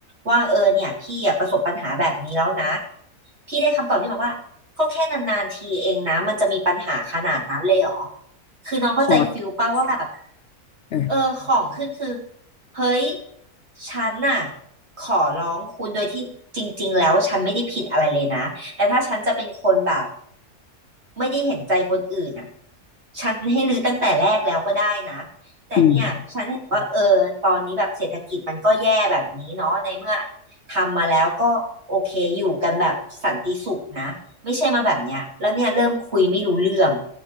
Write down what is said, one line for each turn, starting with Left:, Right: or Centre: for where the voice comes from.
Right: ว่าเออเนี่ยพี่อ่ะประสบปัญหาแบบนี้แล้วนะพี่ได้คำตอบที่มาว่าก็แค่นานๆทีเองนะมันจะมีปัญหาขนาดนั้นเลยเหรอคือน้องเข้าใจฟิลป่ะว่าแบบ
Left: ขอเออ
Right: เออของขึ้นคือเฮ้ยฉันน่ะขอร้องคุณโดยที่จริงๆแล้วฉันไม่ได้ผิดอะไรเลยนะแต่ถ้าฉันจะเป็นคนแบบไม่ได้เห็นใจคนอื่นน่ะฉันให้รื้อตั้งแต่แรกแล้วก็ได้นะแต่เนี่ยฉันเห็นว่าเออตอนนี้แบบเศรษฐกิจมันก็แย่แบบนี้เนาะในเมื่อ
Left: อืม
Right: ทำมาแล้วก็โอเคอยู่กันแบบสันติสุขนะไม่ใช่มาแบบเนี้ยแล้วเนี่ยเริ่มคุยไม่รู้เรื่อง